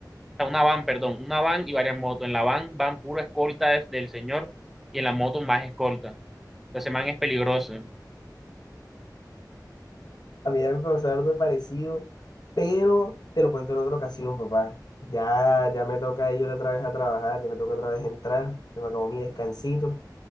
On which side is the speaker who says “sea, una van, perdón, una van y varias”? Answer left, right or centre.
Centre